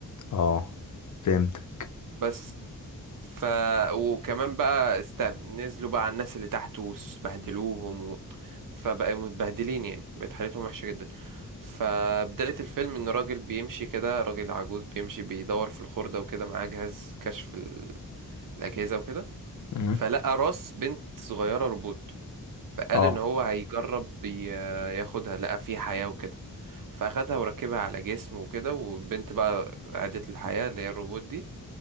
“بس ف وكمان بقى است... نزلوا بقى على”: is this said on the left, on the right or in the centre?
Right